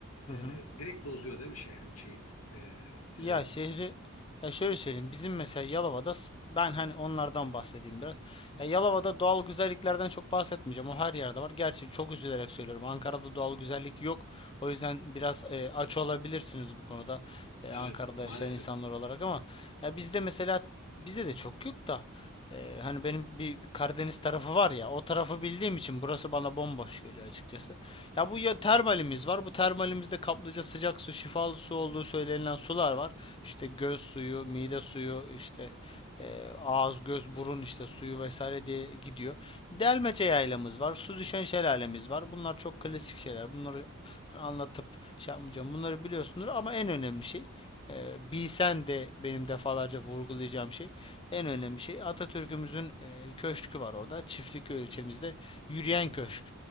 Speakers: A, on the left; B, on the left.
A: Hı
B: E,
A: hı.
B: direkt bozuyor değil mi şehrin şeyini, e, düzenini?
A: Ya şehri ya şöyle söyleyeyim bizim mesela Yalova'da s- ben hani onlardan bahsedeyim biraz. Ya Yalova'da doğal güzelliklerden çok bahsetmeyeceğim. O her yerde var. Gerçi çok üzülerek söylüyorum. Ankara'da doğal güzellik yok. O yüzden biraz e, aç olabilirsiniz bu konuda. e,
B: Evet
A: Ankara'da
B: maalesef.
A: yaşayan insanlar olarak ama ya bizde mesela bizde de çok yok da e, hani benim bir Karadeniz tarafı var ya o tarafı bildiğim için burası bana bomboş geliyor açıkçası. Ya bu ya termalimiz var. Bu termalimizde kaplıca sıcak su, şifalı su olduğu söylenilen sular var. İşte göz suyu, mide suyu, işte e, ağız, göz, burun işte suyu vesaire diye gidiyor. Delmece yaylamız var. Su düşen şelalemiz var. Bunlar çok klasik şeyler. Bunları hani anlatıp şey yapmayacağım. Bunları biliyorsunuz ama en önemli şey e, bilsen de benim defalarca vurgulayacağım şey en önemli şey Atatürk'ümüzün e, köşkü var orada. Çiftlikköy ilçemizde yürüyen
B: Hı hı.
A: köşk